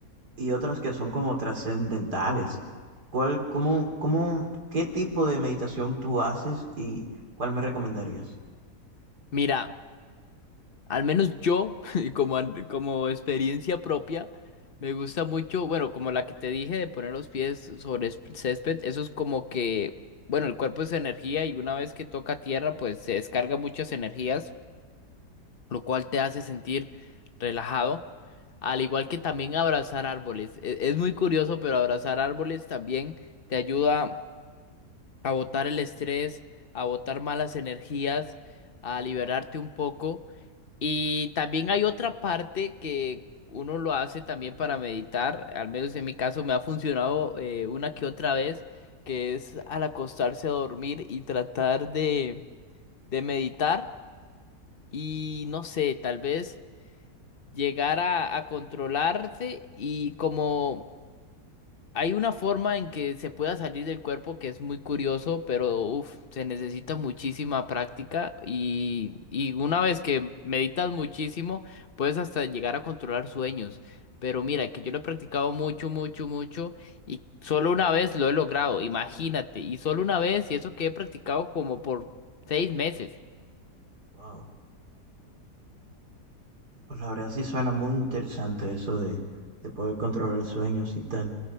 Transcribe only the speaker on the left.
Mira. Al menos yo, <laughs> y como, an- como experiencia propia, me gusta mucho, bueno, como la que te dije de poner los pies sobre es- césped, eso es como que, bueno, el cuerpo es energía y una vez que toca tierra, pues se descarga muchas energías, lo cual te hace sentir relajado, al igual que también abrazar árboles. E- Es, muy curioso, pero abrazar árboles también te ayuda a botar el estrés, a botar malas energías, a liberarte un poco. Y también hay otra parte que uno lo hace también para meditar, al menos en mi caso me ha funcionado eh, una que otra vez, que es al acostarse a dormir y tratar de, de meditar y no sé, tal vez llegar a, a controlarse y como hay una forma en que se pueda salir del cuerpo que es muy curioso, pero uf, se necesita muchísima práctica y, y una vez que meditas muchísimo, puedes hasta llegar a controlar sueños. Pero mira, que yo lo he practicado mucho, mucho, mucho y solo una vez lo he logrado, imagínate, y solo una vez y eso que he practicado como por seis meses.